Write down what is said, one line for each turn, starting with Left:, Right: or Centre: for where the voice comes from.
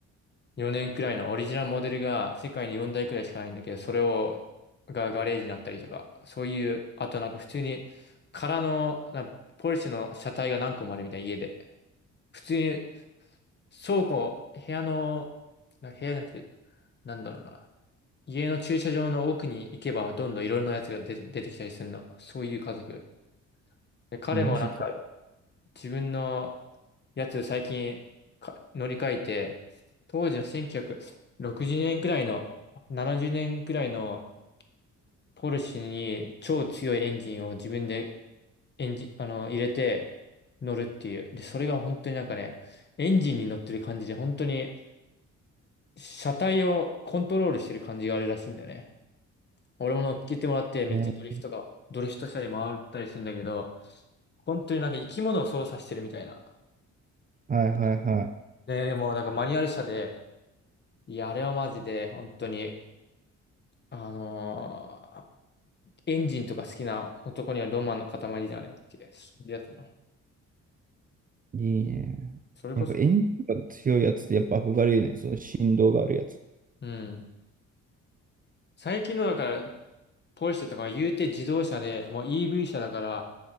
Left: よねんくらいのオリジナルモデルが世界に4台くらいしかないんだけど、それをがガレージになったりとか、そういう、あとなんか普通に空のなポルシェの車体が何個もあるみたいな家で、普通に倉庫、部屋の、な部屋じゃなくて、なんだろうな。家の駐車場の奥に行けばどんどんいろいろなやつが出て、出てきたりするの。そういう家族。で彼もなんか
Right: マジか。
Left: 自分のやつ最近か乗り換えて、当時の1960年くろくじゅうねんくらいの、70年くらいのポルシェに超強いエンジンを自分でエンジン、あの、入れて乗るっていう。で、それが本当になんかね、エンジンに乗ってる感じで、本当に車体をコントロールしてる感じがあるらしいんだよね。俺も乗っけてもらって、めっちゃドリフトが、
Right: ね。
Left: ドリフトしたり回ったりするんだけど、本当になんか生き物を操作してるみたいな。
Right: はいはいは
Left: ね、もうなんかマニュアル車で、いや、あれはマジで、本当に、あのーエンジンとか好きな男にはロマンの塊だよねっていう、そういうやつだ。
Right: い。いいね。
Left: それこそ、
Right: やっぱエンジンが強いやつってやっぱ憧れるね。その振動があるやつ。
Left: うん。最近のだから、ポルシェとかは言うて自動車で、もう EV 車だから、